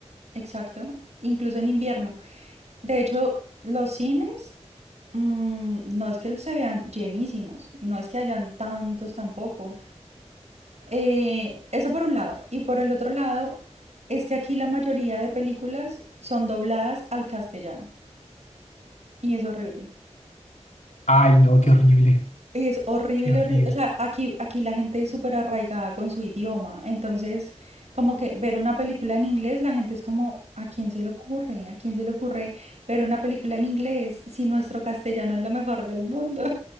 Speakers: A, on the right; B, on the left.
A: exacto, incluso en invierno. De hecho, los cines, mm, no es que los se vean llenísimos, no es que hayan tantos tampoco. Eh, eso por un lado. Y por el otro lado, es que aquí la mayoría de películas son dobladas al castellano. Y es horrible.
B: Ay, no, qué horrible,
A: Y es horrible,
B: qué horrible.
A: horrible. O sea, aquí, aquí la gente es súper arraigada con su idioma. Entonces, como que ver una película en inglés, la gente es como, ¿a quién se le ocurre? ¿A quién se le ocurre ver una película en inglés si nuestro castellano es lo mejor del mundo?